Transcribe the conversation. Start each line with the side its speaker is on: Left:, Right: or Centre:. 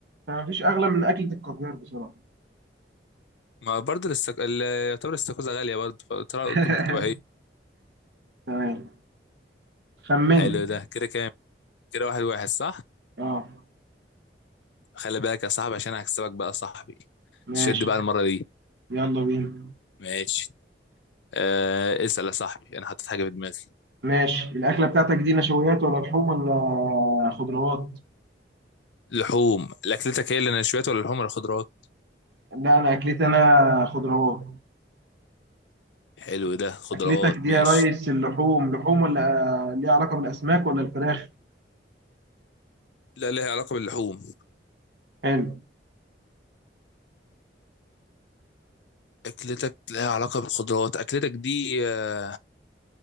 Right: فمفيش اغلى من اكله الكافيار بصراحه
Left: ما برضه الاستك... ال- يعتبر الاستاكوزا غاليه برضه فقلت لها-
Right: <laughs>
Left: قلت ممكن تبقى هي
Right: تمام خمنت
Left: حلو ده كده كام كده واحد واحد صح
Right: اه
Left: خلي بالك يا صاحبي عشان هكسبك بقى يا صاحبي
Right: ماشي
Left: شد بقى المره دي
Right: يلا بينا
Left: ماشي آه اسال يا صاحبي انا حطيت حاجه في دماغي
Right: ماشي الأكلة بتاعتك دي نشويات ولا لحوم ولا خضروات؟
Left: لحوم اكلتك هي اللي نشويات ولا اللحوم ولا خضروات
Right: لا أنا أكلتي أنا خضروات
Left: حلو ده خضروات
Right: أكلتك دي يا
Left: ماشي
Right: ريس اللحوم لحوم ولا ليها علاقة بالأسماك ولا الفراخ؟
Left: لا لها علاقة باللحوم
Right: حلو
Left: اكلتك لها علاقة بالخضروات اكلتك دي آه،